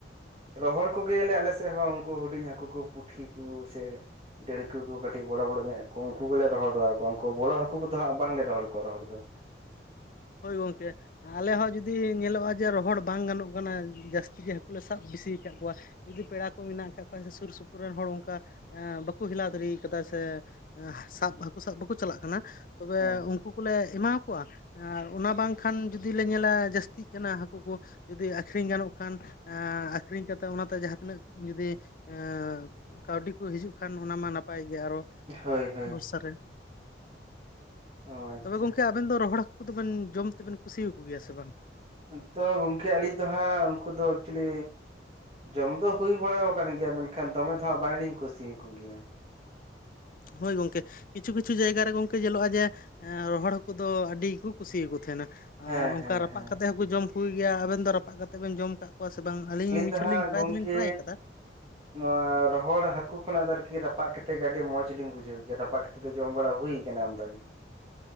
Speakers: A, on the right (about 30°); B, on the left (about 50°).
A: ᱨᱚᱦᱚᱲ ᱠᱚᱜᱮᱞᱮ ᱟᱞᱮ ᱥᱮᱫ ᱦᱚᱸ ᱩᱱᱠᱩ ᱦᱩᱰᱤᱧ ᱦᱟᱹᱠᱩ ᱠᱚ ᱯᱩᱴᱷᱤ ᱠᱚ ᱥᱮ ᱰᱮᱟᱹᱲᱤᱠ ᱠᱚ ᱠᱟᱹᱴᱤᱡ ᱵᱚᱲᱟ ᱵᱚᱲᱚ ᱧᱚᱜ ᱟᱠ ᱠᱚ ᱩᱱᱠᱩ ᱜᱮᱞᱮ ᱨᱚᱦᱚᱲ ᱵᱟᱲᱟ ᱠᱚᱣᱟ ᱩᱱᱠᱩ ᱵᱚᱲᱚ ᱦᱟᱹᱠᱩ ᱠᱚᱫᱚ ᱦᱟᱸᱜ ᱵᱟᱝᱞᱮ ᱨᱚᱦᱚᱲ ᱠᱚᱣᱟ ᱨᱚᱦᱚᱲ ᱫᱚ,
B: ᱦᱳᱭ ᱜᱚᱝᱠᱮ, ᱟᱞᱮ ᱦᱚᱸ ᱡᱩᱫᱤ ᱧᱮᱞᱚᱜᱼᱟ ᱡᱮ ᱨᱚᱦᱚᱲ ᱵᱟᱝ ᱜᱟᱱᱚᱜ ᱠᱟᱱᱟ ᱡᱟᱹᱥᱛᱤ ᱜᱮ ᱦᱟᱹᱠᱩᱞ ᱞᱮ ᱥᱟᱵ ᱵᱮᱥᱤᱠᱟᱫ ᱠᱚᱣᱟ, ᱡᱩᱫᱤ ᱯᱮᱲᱟ ᱠᱚ ᱢᱮᱱᱟᱜ ᱟᱠᱟᱫ ᱠᱷᱟᱡ ᱥᱮ ᱥᱩᱨ ᱥᱩᱯᱩᱨ ᱨᱮᱱ ᱦᱚᱲ ᱚᱱᱠᱟ ᱵᱟᱠᱚ ᱦᱮᱞᱟᱣ ᱫᱟᱲᱮ ᱠᱟᱫᱟ ᱥᱮ ᱥᱟᱵ ᱦᱠᱩ ᱥᱟᱵ ᱵᱟᱠᱚ ᱪᱟᱞᱟᱜ ᱠᱟᱱᱟ ᱛᱚᱵᱮ
A: ᱦᱮᱸ
B: ᱩᱱᱠᱩ ᱠᱚᱞᱮ ᱮᱢᱟ ᱟᱠᱚᱣᱟ, ᱟᱨ ᱚᱱᱟ ᱵᱟᱝᱠᱷᱟᱱ ᱡᱩᱫᱤ ᱞᱮ ᱧᱮᱞᱟ ᱡᱟᱹᱥᱛᱤᱜ ᱠᱟᱱᱟ ᱦᱟᱹᱠᱩ ᱠᱚ ᱡᱩᱫᱤ ᱟᱠᱷᱨᱤᱧ ᱜᱟᱱᱚᱜ ᱠᱷᱟᱱ ᱮ ᱟᱠᱷᱨᱤᱧ ᱠᱟᱛᱮᱫ ᱚᱱᱟᱛᱮ ᱡᱟᱦᱟᱸ ᱛᱤᱱᱟᱹᱜ ᱡᱩᱫᱤ ᱮ ᱠᱟᱹᱣᱰᱤ ᱠᱚ ᱦᱤᱡᱩᱜ ᱠᱷᱟᱱ ᱚᱱᱟ ᱢᱟ ᱱᱟᱯᱟᱭ ᱜᱮ ᱟᱨᱚ,
A: ᱦᱳᱭ ᱦᱳᱭ
B: ᱵᱚᱨᱥᱟ ᱨᱮ
A: ᱚ ᱟᱪᱪᱷᱟ
B: ᱛᱚᱵᱮ ᱜᱚᱝᱠᱮ ᱟᱵᱮᱱ ᱫᱚ ᱨᱚᱦᱚᱲ ᱦᱟᱹᱠᱩ ᱫᱚᱵᱮᱱ ᱡᱚᱢ ᱛᱮᱵᱮᱱ ᱠᱩᱥᱤᱭᱟᱠᱚ ᱭᱮᱭᱟ ᱥᱮ ᱵᱟᱝ?
A: ᱛᱚ ᱜᱚᱝᱠᱮ ᱟᱹᱞᱤᱧ ᱫᱚᱦᱟᱸᱜ ᱩᱱᱠᱩ ᱫᱚ ᱮᱠᱪᱩᱞᱤ, ᱡᱚᱢ ᱫᱚ ᱦᱩᱭ ᱵᱟᱲᱟ ᱟᱠᱟᱱ ᱜᱮᱭᱟ ᱢᱮᱱᱠᱷᱟᱱ ᱫᱚᱢᱮ ᱫᱷᱚᱣ ᱦᱟᱸᱜ ᱵᱟᱝᱞᱤᱧ ᱠᱩᱥᱤᱭᱟᱚ ᱜᱮᱭᱟ,
B: ᱦᱳᱭ ᱜᱚᱝᱠᱮ ᱠᱤᱪᱷᱩ ᱠᱤᱪᱷᱩ ᱡᱟᱭᱜᱟ ᱨᱮ ᱜᱚᱝᱠᱮ ᱧᱮᱞᱚᱜᱼᱟ ᱡᱮ ᱮᱸ ᱨᱚᱦᱚᱲ ᱦᱠᱩ ᱫᱚ ᱟᱹᱰᱤᱠᱚ ᱠᱩᱥᱤᱭᱟᱠᱚ ᱛᱟᱦᱮᱸᱱᱟ,
A: ᱦᱮᱸ
B: ᱟᱨ ᱚᱱᱠᱟ
A: ᱦᱮᱸ
B: ᱨᱟᱯᱟᱜ
A: ᱦᱮᱸ
B: ᱠᱟᱛᱮᱫ ᱦᱚᱸᱠᱚ ᱡᱚᱢ ᱠᱚ ᱜᱮᱭᱟ ᱟᱵᱮᱱ ᱫᱚ ᱨᱟᱯᱟᱜ ᱠᱟᱛᱮ ᱵᱮᱱ ᱡᱚᱢ ᱠᱟᱜ ᱠᱚᱣᱟ, ᱣᱟ ᱥᱮ ᱵᱟᱝ ᱟᱹᱞᱤᱧ ᱢᱤᱫᱪᱷ
A: ᱫᱚ ᱦᱟᱸᱜ
B: ᱞᱤᱧ ᱴᱨᱟᱭ
A: ᱜᱚᱝᱠᱮ
B: ᱫᱚᱞᱤᱧ ᱴᱨᱟᱭ ᱟᱠᱟᱫᱟ,
A: ᱱᱚᱣᱟ ᱨᱚᱦᱚᱲ ᱦᱟᱹᱠᱩ ᱠᱷᱚᱱᱟᱜᱫᱚ ᱟᱨᱠᱤ ᱨᱟᱯᱟᱜ ᱠᱟᱛᱮ ᱜᱮ ᱟᱹᱰᱤ ᱢᱚᱸᱡᱽᱞᱤᱧ ᱵᱩᱡᱷᱟᱹᱣ ᱠᱭᱟ ᱨᱟᱯᱟᱜ ᱠᱟᱛᱮ ᱡᱚᱢ ᱵᱟᱲᱟ ᱦᱩᱭ ᱠᱟᱱᱟ ᱟᱢᱫᱟ ᱜᱮ,